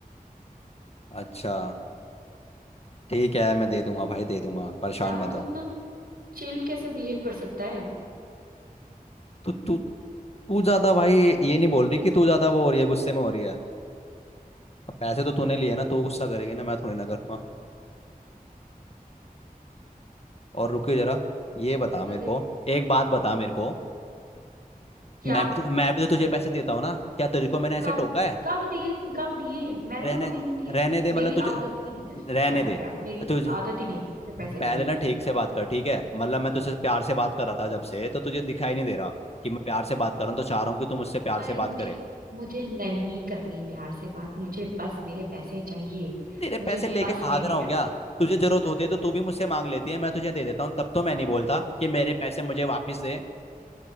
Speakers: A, on the left; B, on the right.
A: अच्छा ठीक है मैं दे दूंगा भाई दे दूंगा परेशान
B: यार
A: मत
B: तू
A: हो
B: इतना चिल कैसे बिहेव कर सकता है
A: तो तू तू ज्यादा भाई ये नहीं बोल रही कि तू ज्यादा वो हो रही है गुस्से में हो रही है अब पैसे तो तूने लिए ना तू गुस्सा करेगी ना मैं थोड़ी ना करूंगा और रुकियो जरा ये बता
B: मेरा
A: मेरे को
B: देख
A: एक बात बता मेरे को
B: क्या
A: मैं भी तो- मैं भी तो तुझे पैसे देता हूँ ना क्या तेरे को मैंने ऐसे
B: कब
A: टोका है
B: कब दिए कब दिए मैंने
A: रहने
B: तो कभी
A: दे
B: नहीं लिए
A: रहने दे मतलब
B: मेरी
A: तुझे
B: आदत ही नहीं है
A: रहने
B: शट
A: दे
B: अप यार मेरी
A: तुझे
B: आदत ही नहीं है किसी से पैसे लेने
A: पहले
B: की
A: ना ठीक से बात कर ठीक है मतलब मैं तुझसे प्यार से बात कर रहा था जब से तो तुझे दिखाई नहीं दे रहा कि मैं प्यार से बात कर रहा हूँ तो चाह रहा हूँ कि तू मुझसे प्यार
B: अरे
A: से
B: मुझे
A: बात करे
B: मुझे नहीं करनी प्यार से बात मुझे बस मेरे पैसे चाहिए
A: तेरे
B: मुझे
A: पैसे लेके
B: बस
A: भाग
B: मेरे
A: रहा
B: पैसे
A: हूँ क्या
B: चाहिए
A: तुझे जरूरत होती है तो तू भी मुझसे मांग लेती है मैं तुझे दे देता हूँ तब तो मैं नहीं बोलता कि मेरे पैसे मुझे वापस दे